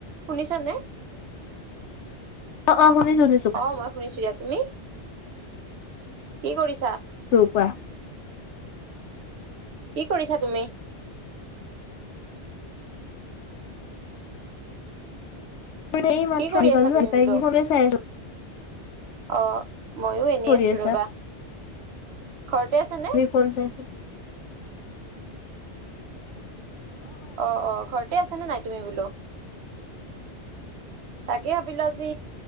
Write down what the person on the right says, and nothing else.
শুনিছা নে।
অ', মই শুনিছোঁ দিয়া তুমি কি কৰিছাঁ?
কি কৰিছা তুমি।
কি কৰি
আছা
তুমি
বোলো?
অ', মইয়ো
এনেই
আছোঁ
ৰ'বা! ঘৰতে আছানে।
অ', অ' ঘৰতে আছ নে নাই তুমি বোলো। তাকে ভাবিলোঁ, আজি